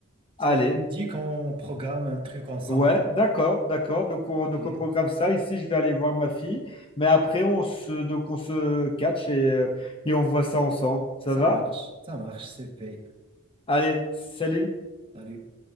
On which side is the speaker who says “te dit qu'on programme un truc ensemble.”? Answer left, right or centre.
Right